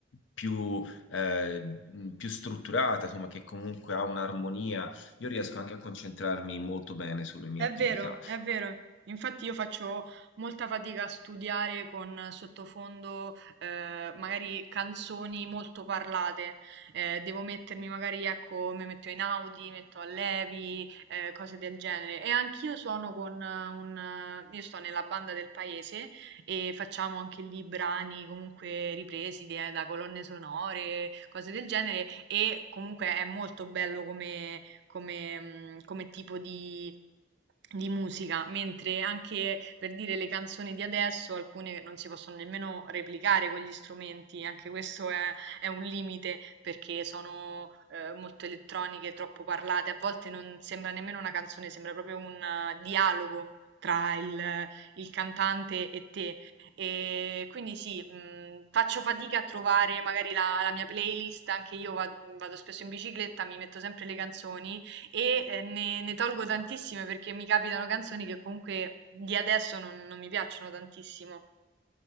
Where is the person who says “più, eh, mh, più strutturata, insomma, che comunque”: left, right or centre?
Left